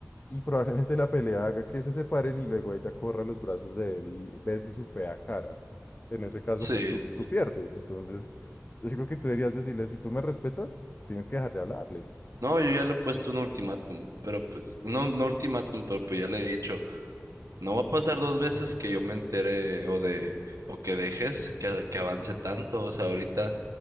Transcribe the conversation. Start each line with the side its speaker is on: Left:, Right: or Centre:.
Left: y probablemente la pelea haga que se separen y luego ella corra a los brazos de él y bese su fea cara. En ese caso,
Right: Sí.
Left: pues tú, tú pierdes. Entonces, yo digo que tú deberías decirle, si tú me respetas, tienes que dejar de hablarle.
Right: No, yo ya le he puesto un ultimátum, pero pues, no, no ultimátum, pero pues ya le he dicho, no va a pasar dos veces que yo me entere o de, o que dejes que, que avance tanto, o sea, ahorita